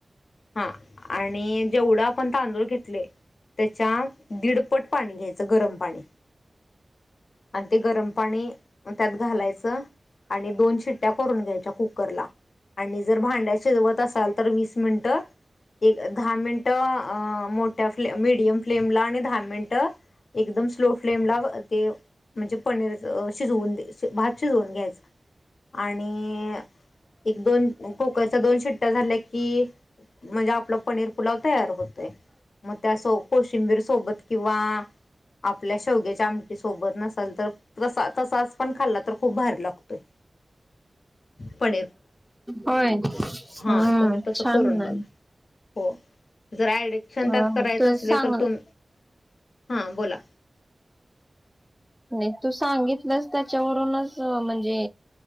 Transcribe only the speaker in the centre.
होय
हम्म
छान
आहे.
हा
तू
सांग
नाही तू सांगितलंस त्याच्यावरूनच म्हणजे